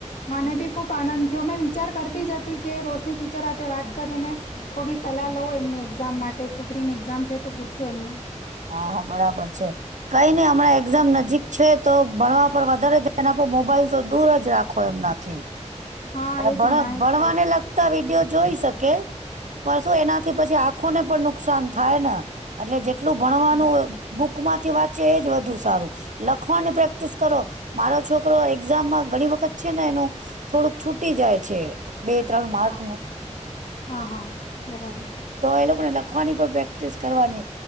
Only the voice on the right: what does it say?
હા હા બરાબર છે. કઈ નઈ હમણાં એક્ઝામ નજીક છે તો ભણવા પર વધારે ધ્યાન આપો મોબાઈલ તો દૂર જ રાખો એમનાથી
ભણ
ભણવાને
લગતા વિડીયો જોઈ શકે પણ શું એનાથી પછી આંખોને પણ નુકસાન થાય ન અટલે એટલું ભણવાનું
બુક માંથી વાંચી એ જ વધુ સારું. લખો ને પ્રેક્ટિસ કરો. મારો છોકરો એક્ઝામમાં ઘણી વખત છે ને એનું થોડુંક છૂટી જાય છે. બે ત્રણ માર્ક
ન
તો એ લોકોને લખવાની પણ પ્રેક્ટિસ કરવાની